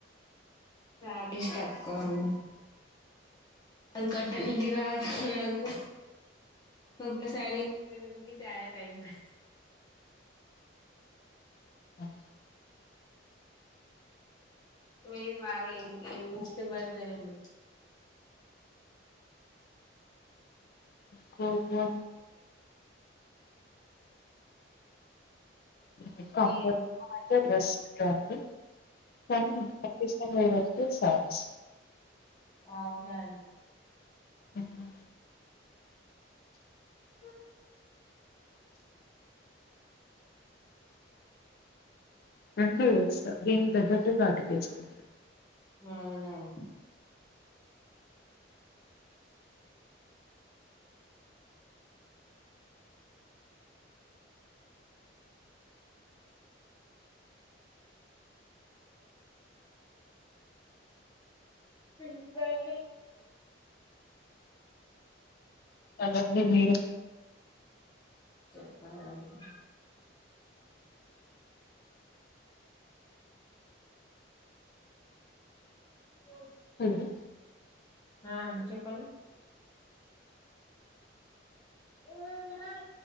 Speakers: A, on the left (about 20°); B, on the left (about 50°).
A: చారిస్ టక్కన్ అది కట్టనీకిదా అది నాకు ఒక సారి చాల టైమ్ పడుతది
B: అఓ
A: మీరు బాగా ఏం ఏమి ఇష్టపడతారండి
B: కొబా <unintelligible> ఆండీ
A: ఏం
B: సారీస్
A: అవునా అండి
B: హ్
A: అ
B: రెండో వ్యవస్థ దీనికి తగ్గట్టు వాటికేసుకుంటది.
A: <unintelligible> <unintelligible>
B: అల గది మీరు
A: చెప్పాలండి పొం
B: అవున
A: ఆ చెప్పండి. ఆ ఆ ఆ